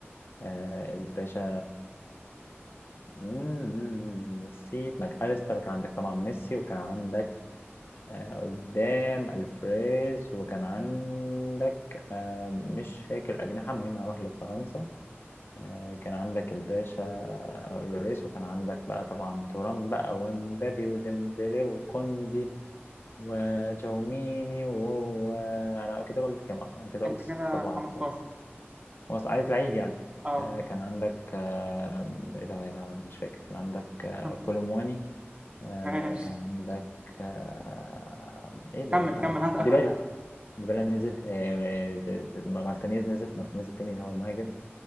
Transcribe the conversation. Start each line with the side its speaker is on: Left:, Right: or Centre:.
Left: آه الباشا مم، نسيت ماك أليستر وكان عندك طبعا ميسي وكان عندك آه قدام الفريز وكان عندك آه مش فاكر الأجنحة المهم هروح لفرنسا آه كان عندك الباشا آه، لوريس وكان عندك بقى طبعا تورام بقى ومبابي وديمبلي وكوندي وجوميني وهو انا كده قلت كام اصلا أنا كده قلت
Right: انت
Left: 17
Right: كده 15
Left: خلاص عايز لعيب يعني
Right: اه
Left: آه كان عندك آه ايه ده يا لهوي مش فاكر كان عندك آه
Right: <laughs>
Left: كولومواني آه
Right: ماشي
Left: كان عندك آه ايه ده
Right: كمل
Left: ايه الهبل
Right: كمل هات
Left: ده؟
Right: اخرك
Left: ديبالا ديبالا نزل آه آه، آه، مارتينيز نزل مارتينيز التاني اللي هو المهاجم